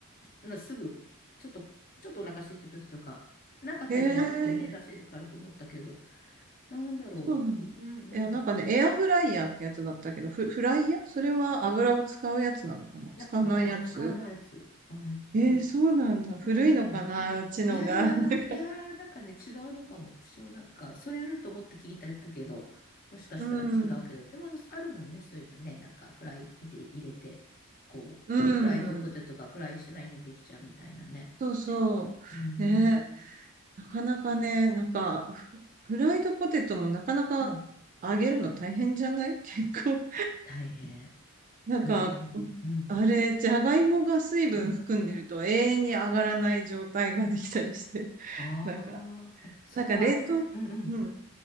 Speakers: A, on the left (about 40°); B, on the right (about 35°).
A: い、なすぐ、ちょっと、ちょっとお腹空いた時とか、なんか足りない時にね、
B: えー
A: 出せるからと思ったけど、なんだろう。
B: そうなの。いや、
A: うんうん。
B: なんかね、エアフライヤーってやつだったけど、フ、フライヤーそれは油を使うやつなのかな使わないやつ
A: いや、うわ、使わないやつ、使わないやつ。
B: えー、そうなんだ。古いのかなうちのが。
A: うん。いやいや、
B: <laughs> なんか
A: いやー、なんかね、違うのかも。私もなんか、それだと思って聞いてたけど、もしかしたら違うけど、
B: うん。
A: でも、あるもんね、そういうのね、なんか、フライ見て入れて、こう、
B: うん。
A: フライドポテトがフライしてないのにできちゃうみたいなね。
B: そうそう。
A: うん、
B: ね。なかなかね、なんか、フフライドポテトもなかなか揚げるの大変じゃない
A: うん、
B: <laughs> 結構。
A: 大変、
B: なんか、
A: 大変。うん、
B: あれ、じゃがいもが水分含んでると永遠に上がらない状態ができたりして。
A: うんああ、
B: なんか、
A: え、それは、
B: なんか冷凍、
A: うんうん、
B: うん。